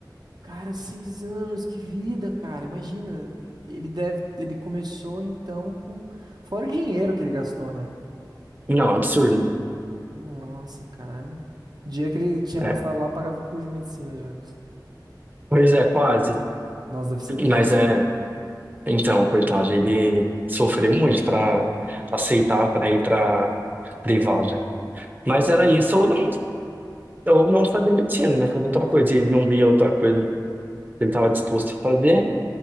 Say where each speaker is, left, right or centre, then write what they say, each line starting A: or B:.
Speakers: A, on the right (about 60°); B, on the right (about 25°).
A: Cara, seis anos, que vida, cara. Imagina, ele deve, ele começou então com, fora o dinheiro que ele gastou, né?
B: Não, absurdo.
A: Nossa, cara. O dinheiro que ele tinha
B: É.
A: gastado lá pagava o curso de medicina já.
B: Pois é, quase.
A: Nossa, deve ser triste.
B: Mas é, então, coitado, ele sofreu muito pra aceitar pra ir pra privada. Mas era isso, ou não, ou não fazer medicina, né? Fazer outra coisa. Ele não via outra coisa que ele estava disposto a fazer,